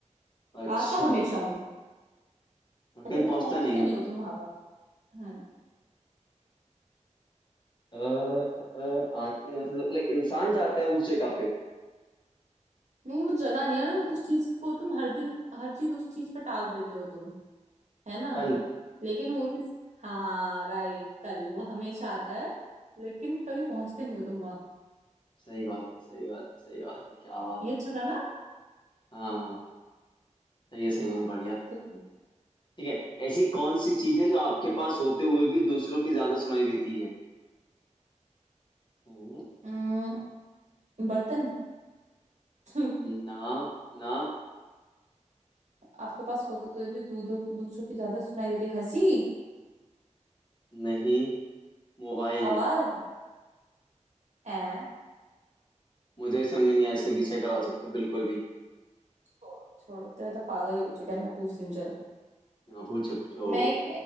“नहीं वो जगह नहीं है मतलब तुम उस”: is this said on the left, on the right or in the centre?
Right